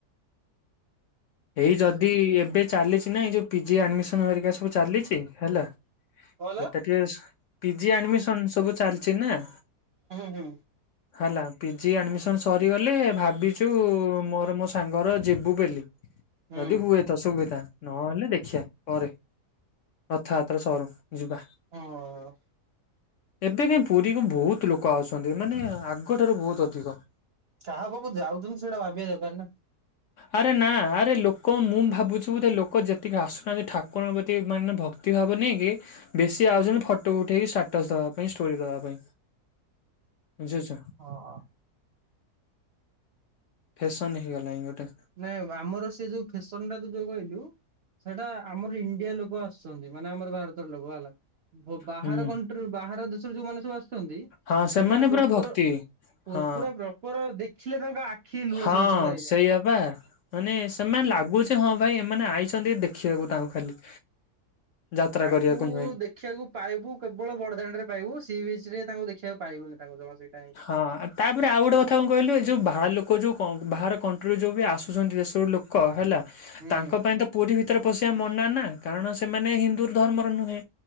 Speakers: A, on the left; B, on the right.
A: ଏଇ ଯଦି ଏବେ ଚାଲିଛି ନା ଏଇ ଯୋଉ ପିଜି ଆଡମିସନ ହେରିକା ସବୁ ଚାଲିଛି। ହେଲା।
B: କହିଲ
A: ଏକାଟିଆ। ପିଜି ଆଡମିସନ ସବୁ ଚାଲିଛି ନା?
B: ହୁଁ ହୁଁ।
A: ହେଲା। ପିଜି ଆଡ଼ମିସନ୍ ସରିଗଲେ ଭାବିଛୁ ମୋର ମୋ ସାଙ୍ଗର ଯିବୁ ବୋଲି।
B: ହୁଁ
A: ଯଦି ହୁଏ ତ ସୁବିଧା। ନହେଲେ ଦେଖିଆ। ପରେ। ରଥଯାତ୍ରା ସରୁ ଯିବା।
B: ହଁ।
A: ଏବେ କାହିଁ ପୁରୀକୁ ବହୁତ ଲୋକ ଆସଛନ୍ତି ମାନେ ଆଗଠାରୁ ବହୁତ ଅଧିକ।
B: କାହା ପାଖକୁ ଯାଉଥିଲୁି ସେଇଟା ଭାବିବା ଦରକାର ନା।
A: ଆରେ ନା ଆରେ ଲୋକ ମୁଁ ଭାବୁଛିୁ ବୋଧେ ଲୋକ ଯେତିକି ଆସୁନାହାନ୍ତି ଠାକୁରଙ୍କ ପ୍ରତି ମାନେ ଭକ୍ତିଭାବ ନେଇକି ବେଶୀ ଆଉଛନ୍ତି ଫଟୋ ଉଠେଇକି ଷ୍ଟାଟସ ଦବା ପାଇଁ ଷ୍ଟୋରି ଦବା ପାଇଁ। ବୁଝିଛ?
B: ହଁ।
A: ଫେସନ ହେଇଗଲା ଇଁ ଗୋଟେ।
B: ନାଇଁ ବାବୁ ଆମର ସେ ଯୋଉ ଫେସନ ଟା ତ ଯୋଉ କହିଲୁ ସେଟା ଆମର ଇଣ୍ଡିଆ ଲୋକ ଆସୁଛନ୍ତି ମାନେ ଆମର ଭାରତର ଲୋକ ହେଲା। ଆଉ ବାହାର
A: ହୁଁ
B: କଣ୍ଟ୍ରି ବାହାର ଦେଶରୁ ଯୋଉମାନେ ସବୁ ଆସୁ ଛନ୍ତି
A: ହଁ
B: ସେମାନେ ପ୍ରପର
A: ପୁରା ଭକ୍ତି
B: ପୁ
A: ହଁ
B: ପୁରା ପ୍ରପର ଦେଖିଲେ ତାଙ୍କ ଆ ଖି ଲୁହ
A: ହଁ
B: ଛଲଛଳ ହେଇଯାଉଛି।
A: <unintelligible> ମାନେ ସେମାନେ ଲାଗୁଛି ହଁ ଭାଇ ଏମାନେ ଆଇଛନ୍ତି ଦେଖିବାକୁ ତାଙ୍କୁ ଖାଲି। ଯାତ୍ରା
B: ତାଙ୍କୁ
A: କରିବାକୁ ନୁହେଁ
B: ଦେଖ ଦେଖିବାକୁ ପାଇବୁ କେବଳ ବଡ ଦାଣ୍ଡରେ ରେ ପାଇବୁ। ସି ବିଚ ରେ ତାଙ୍କୁ ଦେଖିବାକୁ ପାଇବୁନି ତାଙ୍କୁ ଜମା ସେଇ ଟାଇମରେ।
A: ହଁ ତାପରେ ଆଉ ଗୋଟେ କଥା କଣ କହିଲୁ? ଏ ଯୋଉ ବାହାର ଲୋକ ଯୋଉ ବାହାର କଣ୍ଟ୍ରିରୁ ଯୋଉ ବି ଆସୁଛନ୍ତି ଦେଶରୁ ଲୋକ କ ହେଲା
B: ହୁଁ
A: ତାଙ୍କ ପାଇଁ ତ ପୁରୀ ଭିତରେ ପଶିବା ମନା ନା। କାରଣ ସେମାନେ ହିନ୍ଦୁ ଧର୍ମର ନୁହେଁ।